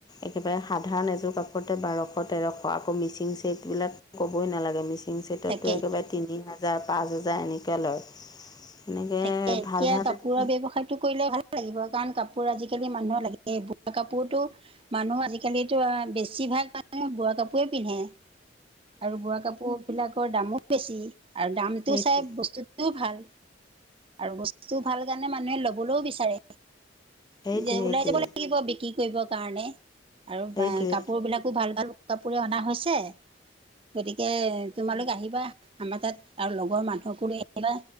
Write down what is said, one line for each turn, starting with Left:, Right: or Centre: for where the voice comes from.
Left: একেবাৰে সাধাৰণ এযোৰ কাপোৰতে বাৰশ তেৰশ আকৌ মিচিং ছেটবিলাক ক'বই নালাগে মিচিং ছেটতে
Right: তাকেই
Left: একেবাৰে তিনি হাজাৰ, পাঁচ হাজাৰ এনেকে লয়। এনেকৈ
Right: তাকে এতিয়া
Left: ভাল ভাল
Right: কাপোৰৰ
Left: যদি
Right: ব্যৱসায়টো কৰিলে ভাল- লাগিব কাৰণ কাপোৰ আজিকালি মানুহৰ লাগে বুৱা কাপোৰতো মানুহ আজিকালিতো আৰববেছিভাগ মানুহে বোৱা কাপোৰে পিন্ধে। আৰু বোৱা কাপোৰবিলাকৰ দামো বেছি আৰু দামটো
Left: সেইটোৱে
Right: চাই বস্তুটোও ভাল। আৰু বস্তুটুটো ভাল কাৰণে মানুহে লবলৈও বিচাৰে
Left: সেইটোৱে
Right: যে
Left: সেইটোৱে
Right: ওলাই যাব লাগিব বিকি কৰিব কাৰণে আৰু
Left: সেইটোৱে সেইটোৱে সেইটোৱে
Right: কাপোৰ বিলাকো ভাল- ভাল কাপোৰে অনা হৈছে গতিকে তোমালোক আহিবা আমাৰ তাত আৰু লগৰ মানুহকো লৈ আহিবা